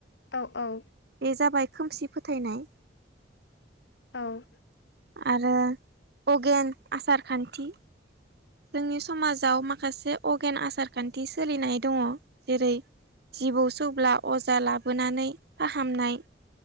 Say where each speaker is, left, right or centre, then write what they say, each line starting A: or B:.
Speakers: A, on the left; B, on the right.
A: औ औ
B: बे जाबाय खोमसि फोथायनाय
A: औ
B: आरो अगेन आसार खान्थि जोंनि समाजाव माखासे अगेन आसार खान्थि सोलिनाय दङ जेरै जिबौ सौब्ला अजा लाबोनानै फाहामनाय